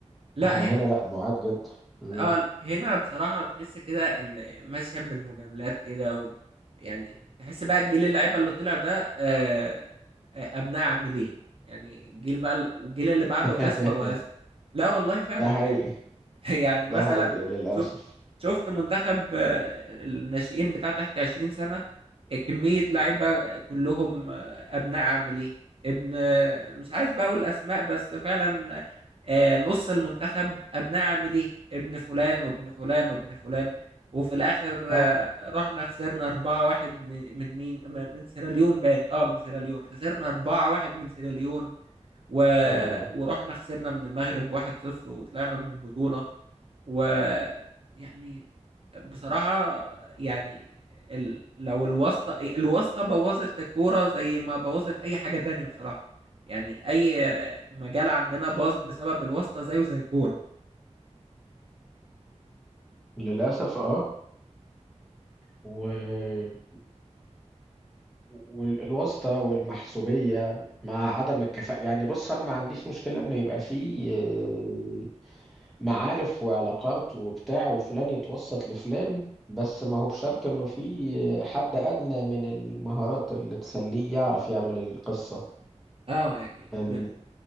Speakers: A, on the right (about 50°); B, in the centre.
A: لا
B: احنا
A: هنا
B: هنا لا بعاد جدا مم.
A: اه هنا بصراحة تحس كده ان ماشية بالمجاملات كده و... يعني تحس بقى الجيل اللعيبة اللي طلع ده آه، آه، ابناء عاملين يعني الجيل بقى ال- والجيل اللي بعده
B: <laughs>
A: اسوأ واسوأ لا والله فعلا
B: ده حقيقي
A: يعني <laughs> يعني
B: ده
A: مثلا
B: حقيقي للأسف
A: شفت شفت منتخب آه، الناشئين بتاع تحت 20 سنة آه، كمية لعيبة آه، كلهم آه، أبناء عاملين ابن آه، مش عايز بقى أقول أسماء بس فعلا آه، نص المنتخب أبناء عاملين ابن فلان وابن فلان وابن فلان وفي الآخر
B: صح
A: آه، رحنا خسرنا 4-1 من من مين من سيراليون باين اه من سيراليون خسرنا 4-1 من سيراليون و...
B: مم.
A: ورحنا خسرنا من المغرب 1-0 وطلعنا من البطولة و يعني بصراحة يعني ال... لو الواسطة الواسطة بوظت الكورة زي ما بوظت أي حاجة تانية بصراحة يعني أي مجال عندنا باظ بسبب الواسطة زيه زي الكورة
B: للأسف اه و... والواسطة والمحسوبية مع عدم الكفاءة يعني بص أنا ما عنديش مشكلة إنه يبقى فيه آه، معارف وعلاقات وبتاع وفلان يتوسط لفلان بس ما هو بشرط إنه فيه حد أدنى من المهارات اللي تخليه يعرف يعمل القصة
A: اه يعني
B: إن-
A: م...